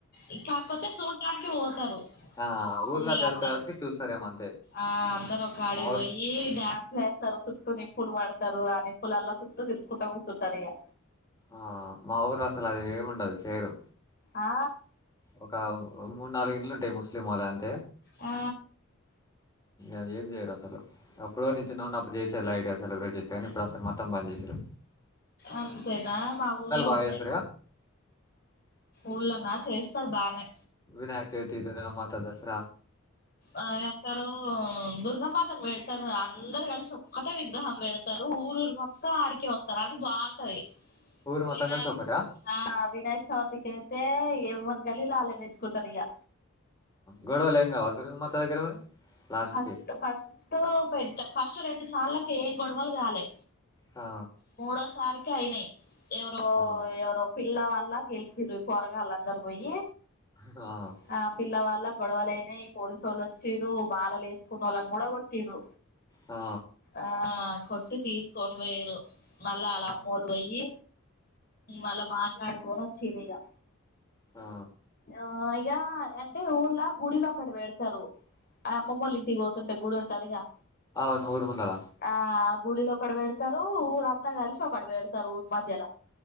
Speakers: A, on the left (about 45°); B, on the left (about 15°).
A: ఈ కాకపోతే చూడటానికి ఓతారు
B: ఆ
A: ఊర్లో
B: జరుగుతది
A: అందరూ
B: కాబట్టి చూస్తారేమో అంతే
A: ఆ ఒక కాడి
B: మా ఊరు
A: పోయి ఈ డాన్సులు ఏస్తారు సుట్టూ నిప్పులు వాడతారు ఆ నిప్పుల్ అల్లా సుట్టూ తిర్కుంటా కూసుంటారు ఇగా
B: ఆ మా ఊరు అసలు అది ఏమిండదు చేరు
A: ఆ
B: ఒక మూడు నాలుగు ఇండ్లు ఉంటాయి ముస్లిం ఓలా అంతే
A: ఆ
B: అది ఏం చేయరు అసలు ఎప్పుడో నేను చిన్నగున్నప్పుడు చేసారులైట్గా సెలెబ్రేటిస్ చేసి కానీ ఇప్పుడు అసలు మొత్తం బంద్ చేసారు
A: అంతేనా మా ఊర్లో
B: బాగా
A: ఉన్నాయి
B: చేస్తారుగా
A: ఊళ్ళోన్నా చేస్తారు బాగానే
B: వినాయక చవితిది రా మొత్తం తెలుసురా
A: ఆ ఎకారు దుర్గామాతను పెడతారు రా అందరు కలిసి ఒక్కటే విగ్రహం పెడతారు ఊరు ఊరు మొ మొత్తం ఆడికె వస్తారు అది బాగుంటది
B: ఊరు మొత్తం
A: వినాయక
B: కలిసి ఒకట
A: ఆ వినాయక్ చవితికి అయితే ఎవరి గల్లీల ఆలే పెటుకుంటరు ఇగా
B: గోడవలెంగావా దుర్గా మాత దగ్గరమరి లాస్ట్కి
A: ఫస్ట్ ఫస్ట్ పె ఫస్ట్ రెండు సార్లకి ఏం గొడవలు కాలే
B: ఆ
A: మూడో సారికి అయినాయి ఎవరొ
B: ఆ
A: ఎవరొ పిల్లవాల గేలికిర్ పొరగాళ్ళు అందరు పోయి
B: ఆ
A: ఆ పిల్లవాల్ళ గొడవలైనై పోలీసోళ్ళు వచ్చిరు మాలలు వేసుకున్న వాళ్ళని కూడా కొట్టిరు
B: ఆ
A: ఆ కొట్టి తీసుకొని పోయరు మళ్ళా అలా అమ్మోలు పోయి మళ్ళ మాట్లాడుకోని వచ్చిరిగా
B: ఆ
A: ఆ ఇగ అంటే ఊర్లా గుడిలో ఒక్కటి పెడతారు ఆ అమ్మమ్మోళ ఇంటికి వ టే గుడి ఉంటదిగా
B: అవును ఊరు ముందల
A: ఆ గుడిలో ఒకటి పెడతారు ఊరంతా కలిసి ఒక్కటి పెడతారు ఊరి మధ్యల